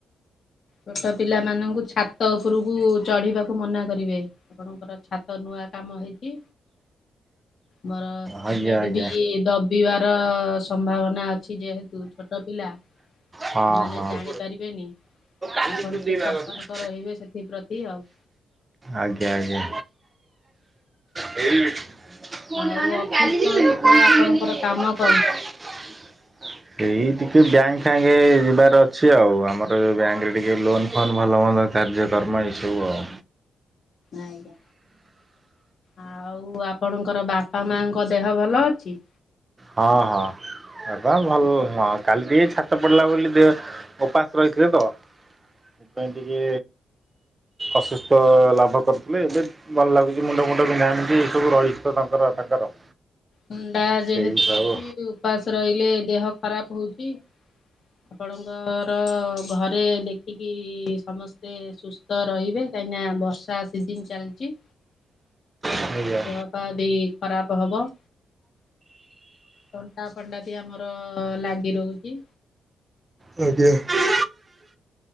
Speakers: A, on the left; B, on the right.
A: ଛୋଟ ପିଲା ମାନଙ୍କୁ ଛାତ ଉପରକୁ ଚଢିବାକୁ ମନା କରିବେ। ଆପଣଙ୍କର ଛାତ ନୂଆ କାମ ହେଇ ଚି ମୋର ସିମେଣ୍ଟ
B: ଆଜ୍ଞା ଆଜ୍ଞା।
A: ବି ଡବ ବି ବାର ସମ୍ଭାବନା ଅ ଛି ଯେହେତୁ ଛୋଟ ପିଲା ସେମାନେ
B: ହଁ ହଁ।
A: ଜାଣିପାରିବେନି।
B: ଆଜ୍ଞା
A: ଆପଣ ଟିକେ ସତର୍କ ରହିବେ ସେଥିପ୍ରତି ଆଉ।
B: ଆଜ୍ଞା ଆଜ୍ଞା। ପୁଣି
A: ଆଉ
B: ଅନାନି
A: ଅଫିସ
B: କାଲି
A: କଣ
B: ଯିବେ
A: କେତେବେଳେ ଆପଣଙ୍କର କାମ
B: <inaudible>
A: କଣ?
B: ଏଇ ଟିକେ ବ୍ୟାଙ୍କ ପ୍ୟାଙ୍ଗେ ଯିବାର ଅଛି ଆଉ ଆମର ଯୋଉ ବ୍ୟାଙ୍କ ରେ ଟିକେ ଲୋନ ଫୋନ ଭଲ ମନ୍ଦ କାର୍ଯ୍ୟକ୍ରମ ଏସବୁ ଆଉ।
A: ଆଜ୍ଞା ଆଉ ଆପଣଙ୍କର ବାପା ମାଙ୍କ ଦେହ ଭଲ ଅଛି
B: ହଁ ହଁ। ହେତା ଭଲ ନୁହ କାଲି ଟିକେ ଛାତ ପଡିଲା ବୋଲି ଦେ ଉପାସ ରହିଥିଲେ ତ। ସେପାଇ ଟିକେ ଅସୁସ୍ଥ ଲାଭ କରିଥିଲେ ଏବେ ଭଲ ଲାଗୁଚି ମୁଣ୍ଡ ଫୁଣ୍ଡ ବିନ୍ଧା ବିିନ୍ଧି ଏଇ ସବୁ ରହିଛି ତ ତାଙ୍କର ତାଙ୍କର।
A: ଥଣ୍ଡା ଯେହେତୁ
B: ସେଇ ସବୁ
A: ଅଛି ଉପାସ ରହିଲେ ଦେହ ଖରାପ ହଉଚି। ଆପଣଙ୍କର ଘରେ ଦେଖିକି ସମସ୍ତେ ସୁସ୍ଥ ରହିବେ। କାହିଁକି ନା ବର୍ଷା ସିଜିନ ଚାଲଚି।
B: ଆଜ୍ଞା
A: ଦେହ ପା ବି ଖରାପ ହବ। ଥଣ୍ଡା ଫଣ୍ଡା ବି ଆମର ଲାଗି ରହୁଚି।
B: ଆଜ୍ଞା।